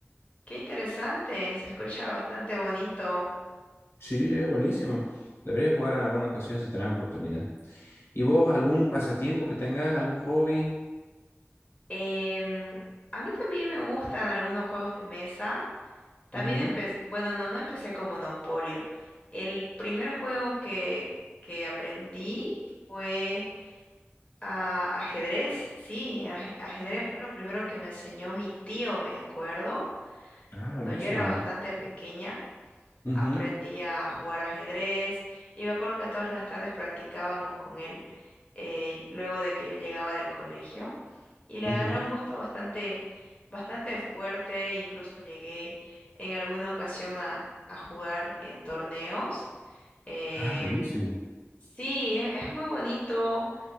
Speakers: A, on the left; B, on the left.
A: qué interesante. Se escucha bastante bonito.
B: Sí, es buenísimo. Deberías jugar en alguna ocasión si tenés oportunidad. ¿Y vos algún pasatiempo que tengas, algún hobby?
A: Em, a mí también me gustan algunos juegos de mesa. También
B: Ujú.
A: empecé, bueno, no, no empecé con Monopolio. El primer juego que, que aprendí fue ah, ajedrez. Sí, el aje- ajedrez fue lo primero que me enseñó mi tío, me acuerdo,
B: Ah,
A: cuando
B: buenísimo.
A: yo era bastante pequeña
B: Ujú,
A: aprendí a jugar ajedrez y me acuerdo que todas las tardes practicábamos con él eh, luego de que yo llegaba del colegio y le
B: ujú.
A: agarré un gusto bastante, bastante fuerte, incluso llegué en alguna ocasión a, a jugar en torneos. Eh,
B: Ah, buenísimo.
A: sí, es, es muy bonito.